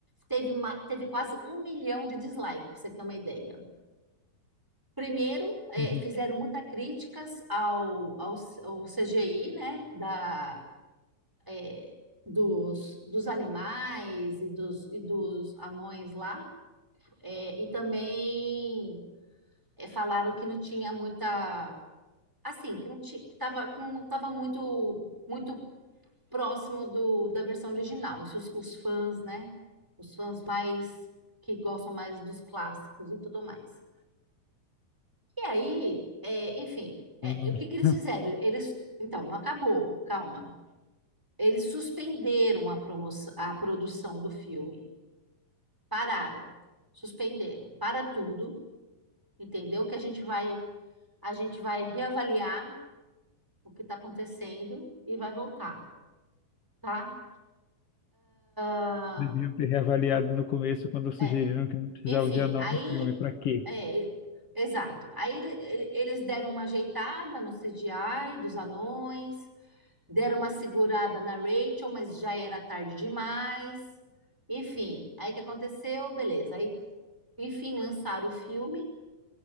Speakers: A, in the centre; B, on the left.
A: Teve, ma- teve quase um milhão de dislike, para você ter uma ideia. Primeiro, eh,
B: Uhum.
A: fizeram muitas críticas ao, ao, C- ao CGI, né? Da, eh, dos, dos animais e dos, e dos anões lá. Eh, e também eh, falaram que não tinha muita. Assim, que não ti- que tava, que não estava muito muito próximo do, da versão original. Isso os, os fãs, né? Os fãs mais que gostam mais dos clássicos e tudo mais. E aí, é, enfim, é,
B: <laughs>
A: o que que eles fizeram? Eles, então, não acabou, calma. Eles suspenderam a promoção, a produção do filme. Pararam, suspenderam, para tudo, entendeu? Que a gente vai, a gente vai reavaliar o que está acontecendo e vai voltar, tá? Ah,
B: Deviam ter reavaliado no começo quando sugeriram
A: é,
B: que não precisava
A: enfim,
B: de anão
A: aí
B: no filme. Pra quê?
A: É, ele- exato. Aí ele- ele- eles deram uma ajeitada no CGI dos anões, deram uma segurada na Rachel, mas já era tarde demais. Enfim, aí o que aconteceu? Beleza. Aí, enfim, lançaram o filme.